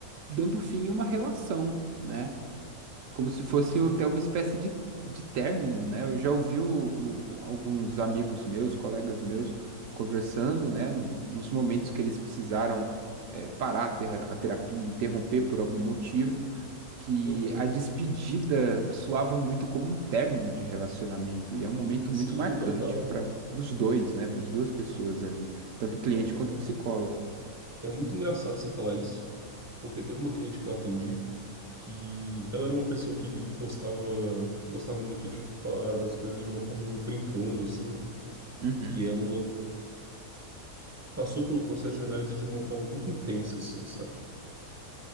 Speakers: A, on the right (about 65°); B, on the right (about 25°).
A: dando fim a uma relação, né? como se fosse
B: Sim.
A: até uma espécie de, de término, né? Eu já ouvi o- o- alguns amigos meus, colegas meus, conversando, né? no- nos momentos que eles precisaram eh, parar a, ter- a terapia, interromper por algum motivo, que
B: aham.
A: a despedida soava muito como um término de relacionamento, e é um momento
B: Sim,
A: muito marcante
B: total.
A: para os dois, né? Para as duas pessoas ali, tanto o cliente
B: É,
A: quanto
B: é, mu-
A: o psicólogo.
B: é muito engraçado você falar isso, porque teve uma cliente que eu atendi que ela era uma pessoa que gostava, gostava muito de falar das coisas de uma forma meio brincando, assim,
A: Uhum,
B: e ela passou pelo processo de análise de uma forma muito intensa, assim, sabe?